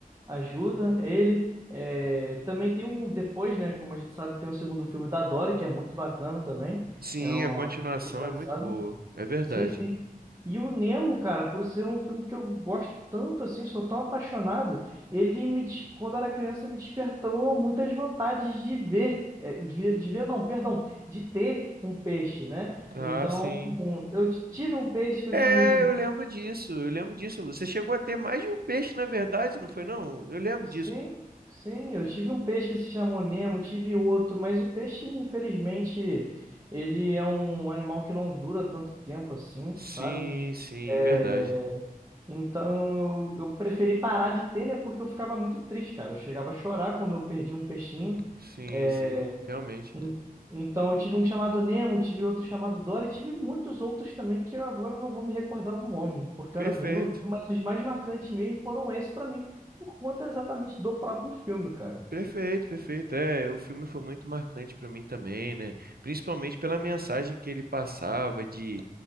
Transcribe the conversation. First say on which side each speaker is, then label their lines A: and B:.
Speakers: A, on the right; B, on the right.
A: ajuda ele. É, também tem um, depois, né, como a gente sabe, tem um segundo filme da Dory, que é muito bacana também,
B: Sim,
A: é um,
B: a continuação
A: engraçado.
B: é muito boa, é verdade.
A: Sim, sim. E o Nemo, cara, por ser um filme que eu gosto tanto assim, sou tão apaixonado, ele me, des- quando eu era criança, me despertou muitas vontades de ver, é, de, de ver não, perdão, de ter um peixe, né?
B: Ah,
A: Então,
B: sim.
A: um- eu tive um peixe que
B: É,
A: eu chamei
B: eu
A: de...
B: lembro disso, eu lembro disso. Você chegou a ter mais de um peixe, na verdade, não foi não? Eu lembro
A: Sim,
B: disso.
A: sim, eu tive um peixe que se chamou Nemo, tive outro, mas o peixe, infelizmente, ele é um animal que não dura tanto tempo assim,
B: Sim,
A: sabe?
B: sim,
A: É,
B: verdade.
A: Então eu, eu preferi parar de ter, né? Porque eu ficava muito triste, cara. Eu chegava a chorar quando eu perdi um peixinho.
B: Sim,
A: É,
B: sim, realmente.
A: en- Então eu tive um chamado Nemo, tive outro chamado Dory, tive muitos outros também que eu agora não vou me recordar o nome, porque
B: Perfeito,
A: eu era bem novo, mas os mais marcantes mesmo foram esses pra mim, por conta exatamente do próprio filme, cara.
B: perfeito, perfeito. É, o filme foi muito marcante para mim também, né? Principalmente pela mensagem que ele passava de